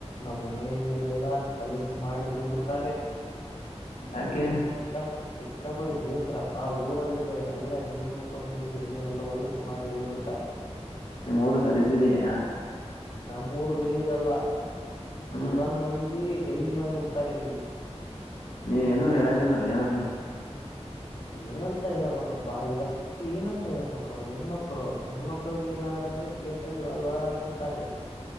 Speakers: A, on the left; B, on the left.
A: ನಮ್ಮ್ ಮನನ್ಲಲ್ಲ ಕೆಲಸ ಮಾಡಿ ಹೋಗ್ ಬಿಿಡ್ತಾರೀ
B: <inaudible> ಯಾಕೆ
A: ಲಸಿಕ ಚಕ್ಕಬಡ್ಡಿ ಬೇಸರಪ್ಪ ಊರಲ್ಲಿರ ಎಲ್ಲ ಹೆಣ್ಣ ಮಕ್ಳು ಬಂದ ಎಲ್ಲಿ ಹೊಲ್ಲ ಹೊಲಸು ಮಾಡಿ ಹೋಗ್ಬ ಬಿಡ್ತಾರೆ
B: ನಿಮ್ಮ್ೂರು ಕಲಿದ್ದ್ರಯ
A: ನಮ್ಮೂರ್ ಲಿದಲ್ಲ
B: ಹ್ಮ್
A: ಊರನ್ ಮಂದಿ ಗಲೀಜು ಮಾಡಿ ಹೋಗ್ತಾರೆ ಇರಲಿ
B: ನೀವೇನುೂ ಹೇಳಂಗಿಲ್ಲವಏ ಅವ್ರಿಗೆ
A: ಏನಂತ ಹೇಳ್ಬೇಕಪ್ಪಾ ಎಷ್ಟು ಏನಂತ ಹೇಳ್ಬೇಕ ಅವ್ರರು ಹೆಣ್ಮಕ್ಳು ಹೆಣ್ಮಕ್ಳಿಗೆ ಏನಾದ್ರೂ ಅಂದ್ರೆ ಕೇಸಲ್ಲಿ ಹಾದ ಒಳಗೆ ಹಾಕಿಬಿಡ್ತಾರೆ